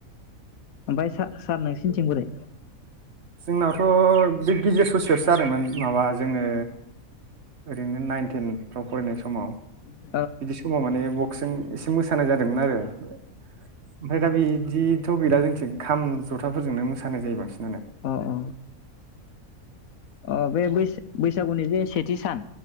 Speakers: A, on the left (about 75°); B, on the right (about 50°).
A: ओमफ्राय सा-सार नोंसिनिथिं बोरै?
B: जोंनावथ' बे गिदिर ससेयावसो जादोंमोन माबा जोङो ओरैनो नाइन टेन फ्राव फरायनाय समाव
A: औ
B: बिदि समाव माने ग बकजों एसे मोसानाय जादोंमोन आरो ओमफ्राय दा बिदि थ गैला जोंथिं खाम जथाफोरजों मोसानाय जायो बांसिन।
A: अ अ अ बे बैसो बैसागुनि जे सेथि सान